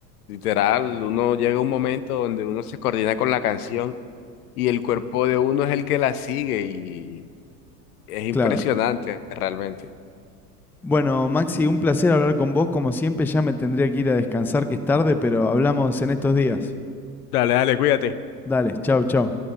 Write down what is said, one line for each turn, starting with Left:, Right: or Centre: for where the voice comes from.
Left: literal, uno llega a un momento donde uno se coordina con la canción y el cuerpo de uno es el que la sigue y es impresionante
Centre: claro.
Left: realmente.
Centre: Bueno, Maxi, un placer hablar con vos. Como siempre, ya me tendría que ir a descansar, que es tarde, pero hablamos en estos días.
Left: Dale, dale, cuídate.
Centre: Dale, chau, chau.